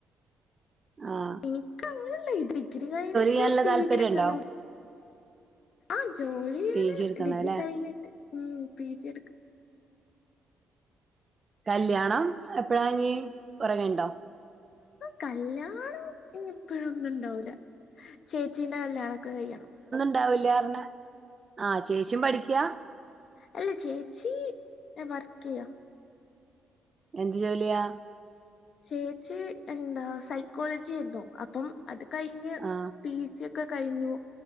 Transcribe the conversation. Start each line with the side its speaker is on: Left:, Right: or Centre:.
Right: ആഹ്
Left: എനിക്ക് അങ്ങനെല്ല ഈ ഡിഗ്രി കഴിഞ്ഞിട്ട്
Right: ചെയ്യാനുള്ള
Left: പീ
Right: താല്പര്യം
Left: ജി എടുക്കണം
Right: ഉണ്ടോ
Left: ആ ജോലിയാണ്
Right: പി ജി എടുക്കണം
Left: ഡിഗ്രി
Right: അല്ലെ
Left: കഴിഞ്ഞിട്ട് ഉം പി ജി എടുക്കും
Right: കല്യാണം എപ്പഴാഞ്ഞി കൊറെ കഴിഞ്ഞിട്ടോ
Left: ആ, കല്യാണം ഇപ്പഴൊന്നും ഉണ്ടാവൂല്ല ചേച്ചീന്റെ കല്യാണൊക്കെ കൈയ്യണം
Right: ഉണ്ടാവൂല്ലാർഞ്ഞാ ആ ചേച്ചീം പഠിക്കാ
Left: അല്ല ചേച്ചി വർക്കെയ്യാ
Right: എന്ത് ജോലിയാ?
Left: ചേച്ചി എന്താ സൈക്കോളജി ഏർന്നു അപ്പം അത് കഴിഞ്ഞ്
Right: ആ
Left: പി ജി ഒക്കെ കഴിഞ്ഞു